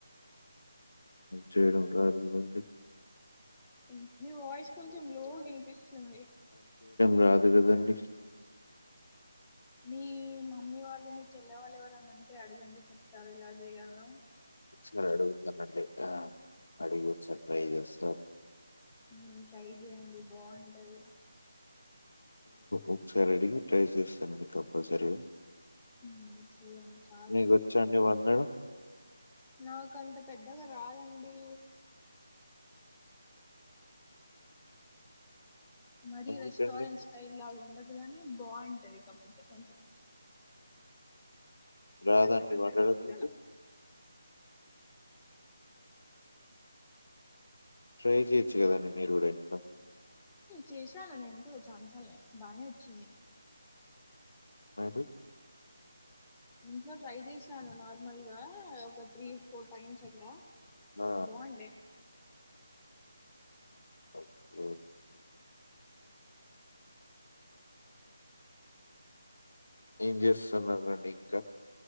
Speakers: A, on the left; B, in the centre.
A: చేయడం రాదుకదాండి
B: ఏంట మీ వాయిస్ కొంచెం లోగ నిపిస్తుంది
A: రాదుకాదండి
B: మీ మమ్మీ వాళ్ళు మీ చెల్లె వాళ్ళు ఎవరేనా ఉంటే అడగండి చెప్తారు ఎలా చేయాలో
A: ఒకసారి అడుగుతానండి. ఆ అడిగి ఒకసారి ట్రై చేస్తా
B: హ్మ్ ట్రై చేయండి బాగుంటది
A: ఒకసారి అడిగి ట్రై చేస్తానండి కంపల్సరీ
B: ఉమ్, చేయండి చాలా
A: మీకు వొచ్చాండి వండడం
B: నాక అంత పెద్దగా రాదండి మరీ
A: ఎందుకండి?
B: రెస్టోరెంట్ స్టైల్ లాగా ఉండదు అప్పుడుకని బాగుంటది కాపోతే కొంచెం
A: రాదండి
B: దగ్గర దగ్గర
A: వండడం
B: కొద్దిగాల
A: మీకు? ట్రై చేయొచ్చు కదా అండి మీరు కూడా ఇంట్లో
B: చేశాను నేను కూడా చాలాసార్లు బానే వచ్చింది
A: అది
B: ఇంట్లో ట్రై చేశాను నార్మల్ గా ఒక త్రీ ఫోర్ టైమ్స్ అట్లా
A: ఆ!
B: బొండే
A: ఆ! ఓకే. ఏం చేస్తున్నారండి ఇంకా